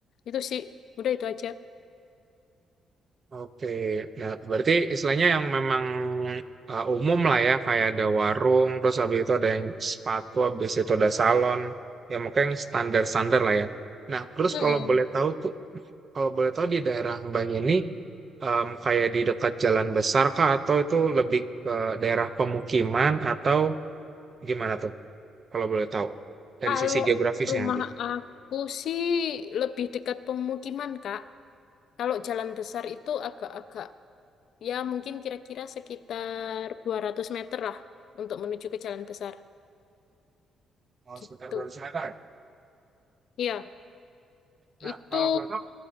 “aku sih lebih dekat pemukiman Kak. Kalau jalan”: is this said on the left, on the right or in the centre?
Left